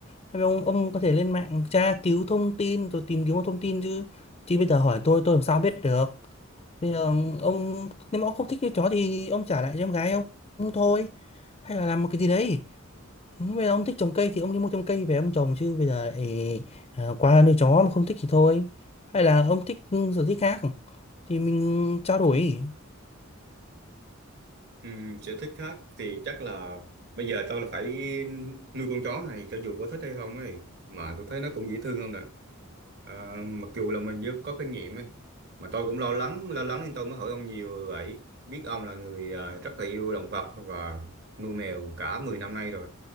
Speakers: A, on the left; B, on the right.
A: hay là ông ông có thể lên mạng tra cứu thông tin rồi tìm kiếm thông tin chứ chứ bây giờ hỏi tôi tôi làm sao biết được Bây giờ ông nếu mà ông không thích cái chó thì ông trả lại cho em gái ông Ông thôi hay là làm một cái gì đấy bây giờ ông thích trồng cây thì ông đi mua trồng cây về ông trồng chứ bây giờ lại à, qua nuôi chó mà không thích thì thôi hay là ông thích ừ, sở thích khác thì mình trao đổi
B: Ừm, sở thích khác thì chắc là bây giờ tôi là phải nuôi con chó này cho dù có thích hay không ấy mà tôi thấy nó cũng dễ thương không nè Ờ, mặc dù là mình chưa có kinh nghiệm ấy, mà tôi cũng lo lắng lo lắng nên tôi mới hỏi ông nhiều vậy biết ông là người ờ, rất là yêu động vật và nuôi mèo cả 10 năm nay rồi